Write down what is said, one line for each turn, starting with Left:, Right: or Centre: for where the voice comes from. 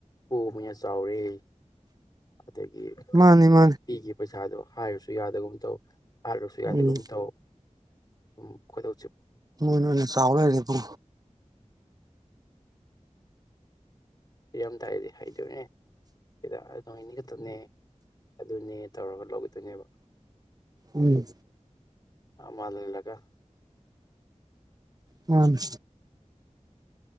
Left: ꯄꯕꯅ ꯆꯥꯎꯔꯤ ꯑꯗꯒꯤ
Right: ꯃꯥꯅꯤ ꯃꯥꯅꯤ
Left: ꯄꯤꯈꯤꯕ ꯄꯩꯁꯥꯗꯣ ꯍꯥꯏꯔꯁꯨ ꯌꯥꯗꯒꯨꯝ ꯇꯧ ꯍꯥꯠꯂꯁꯨ ꯌꯥꯗꯒꯨꯝ
Right: ꯎꯝ
Left: ꯇꯧ ꯎ ꯀꯗ
Right: ꯍꯣꯏ ꯅꯣꯏꯅꯦ ꯆꯥꯎ ꯂꯩꯔꯦꯀꯣ
Left: ꯏꯔꯝꯗꯥꯏꯔꯗꯤ ꯍꯩꯗꯣꯏꯅꯦ ꯁꯤꯗ ꯑꯗꯨ ꯍꯩꯅꯤꯒꯛꯇꯕꯅꯦ ꯑꯗꯨꯅꯦ ꯇꯧꯔꯒ ꯂꯧꯒꯗꯣꯏꯅꯦꯕ
Right: ꯎꯝ ꯎꯝ
Left: ꯃꯥꯜꯍꯜꯂꯒ
Right: ꯃꯥꯅꯤ